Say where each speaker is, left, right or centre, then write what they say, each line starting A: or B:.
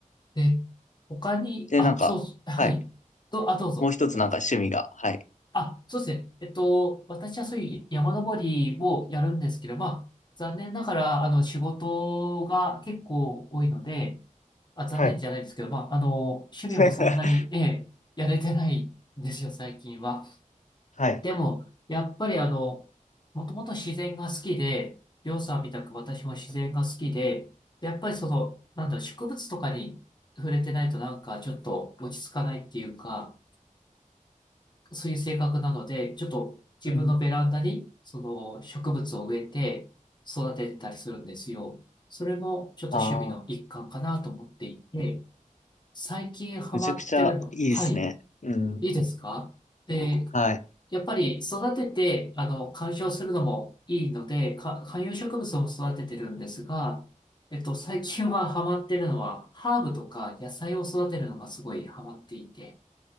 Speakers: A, on the left; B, on the left.
A: で、他に、
B: で、
A: あ、
B: なんか、
A: そう、はい。
B: はい。
A: ど、あ、どうぞ。
B: もう一つなんか趣味が、
A: ごめんなさい
B: はい。
A: あ、そうですね。えっと、私はそういう山登りをやるんですけど、まあ、残念ながら、あの、仕事が結構多いので、あ、残念じゃないですけど、
B: はい。
A: まあ、あの、趣味もそんなに、
B: <laughs>
A: ええ、やれてないんですよ、最近は。
B: はい。
A: でも、やっぱりあの、もともと自然が好きで、りょうさんみたく私も自然が好きで、でやっぱりその、なんだろう、植物とかに触れてないとなんかちょっと落ち着かないっていうか、そういう性格なので、ちょっと自分のベランダに、
B: うん。
A: その植物を植えて育ててたりするんですよ。それもちょっと趣味の一環かなと思っていて、
B: ああ、
A: 最近ハマってるの、
B: めちゃくちゃいいですね。
A: はい、
B: うん。
A: いいですかで、
B: はい。
A: やっぱり育てて、あの、観賞するのもいいので、か観葉植物も育ててるんですが、えっと、最近はハマってるのは、ハーブとか野菜を育てるのがすごいハマっていて、